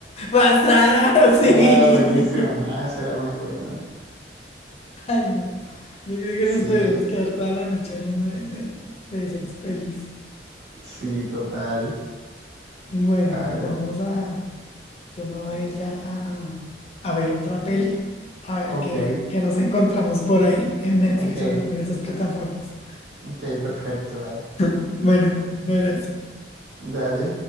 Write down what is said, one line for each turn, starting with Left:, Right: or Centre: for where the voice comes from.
Left: Pasar, sí.
Right: Ah, buenísimo, ¿no? Eso era muy bueno.
Left: Ay, no. Yo creo que
Right: Sí.
Left: nos podríamos quedar toda la noche hablando de, de- de esas pelis.
Right: Sí, total.
Left: Bueno,
Right: Ay,
Left: vamos a. Yo me voy a ir ya a, a, a ver otra peli, a ver
Right: ok,
Left: qué, qué nos encontramos por ahí en Netflix
Right: ok,
Left: o en alguna de esas plataformas.
Right: ok, perfecto, vale.
Left: Bueno, un abrazo.
Right: Dale.